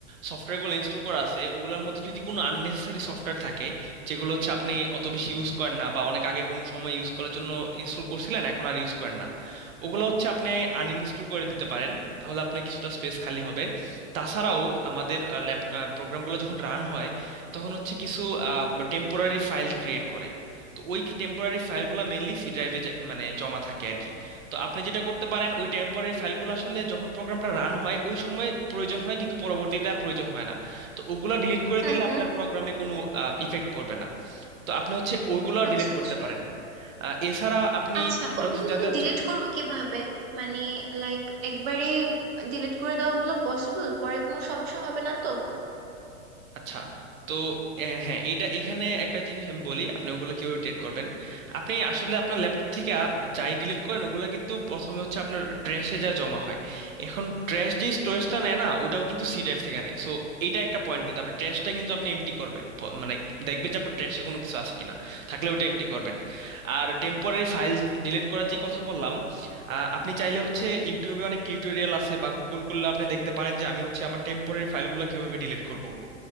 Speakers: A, on the right (about 85°); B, on the right (about 50°).
A: সফটওয়্যারগুলো ইনস্টল করা আছে ওগুলোর মধ্যে যদি কোনো আননেসেসারি সফটওয়্যার থাকে যেগুলো হচ্ছে আপনি অত বেশি ইউজ করেন না বা অনেক আগে কোনো সময় ইউজ করার জন্য ইনস্টল করছিলেন এখন আর ইউজ করেন না ওগুলো হচ্ছে আপনি আনইনস্টল করে দিতে পারেন তাহলে আপনার কিছুটা স্পেস খালি হবে তাছাড়াও আমাদের ল্যাপ প্রোগ্রামগুলো যখন রান হয় তখন হচ্ছে কিছু টেম্পোরারি ফাইল ক্রিয়েট করে তো ওই টেম্পোরারি ফাইলগুলো মেনলি সি ড্রাইভে মানে জমা থাকে আর কি তো আপনি যেটা করতে পারেন ওই টেম্পোরারি ফাইলগুলো আসলে যখন প্রোগ্রামটা রান হয় ওই সময় প্রয়োজন হয় কিন্তু পরবর্তীতে আর প্রয়োজন হয় না তো ওগুলা ডিলিট করে
B: হুম
A: দিলে
B: হুম
A: আপনার প্রোগ্রামে কোনো ইফেক্ট পড়বে না তো আপনি হচ্ছে ওগুলা
B: আচ্ছা
A: ডিলিট করতে
B: আচ্ছা
A: পারেন আহ, এছাড়া আপনি
B: আচ্ছা
A: আরো
B: ওগুলো
A: কিছু জানতে চাচ্ছেন
B: ডিলিট করব কিভাবে মানে লাইক একবারে ডিলিট করে দাও ওগুলো পসিবল পরে কোনো সমস্যা হবে না তো
A: আচ্ছা তো আহ, হ্যাঁ এটা এখানে একটা জিনিস আমি বলি আপনি ওগুলো কিভাবে ডিলিট করবেন আপনি আসলে আপনার ল্যাপটপ থেকে আপ- যাই ডিলিট করেন ওগুলো কিন্তু প্রথমে হচ্ছে আপনার ট্র্যাশে যা জমা হয় এখন ট্র্যাশ যে স্টোরেজটা নেয় না ওটাও কিন্তু সি ড্রাইভ থেকে নেয় সো এটা একটা পয়েন্ট কিন্তু আপনি ট্র্যাশটা কিন্তু আপনি এমটি করবেন প- মানে দেখবেন যে আপনার ট্র্যাশে কোনো কিছু আছে কিনা থাকলে ওটা এমটি করবেন আর টেম্পোরারি ফাইল ডিলিট করার যে কথা বললাম আহ, আপনি চাইলে হচ্ছে ইউটিউবে অনেক টিউটোরিয়াল আছে বা গুগল করলে আপনি দেখতে পারেন যে আমি হচ্ছে আমার টেম্পোরারি ফাইলগুলো কিভাবে ডিলিট করব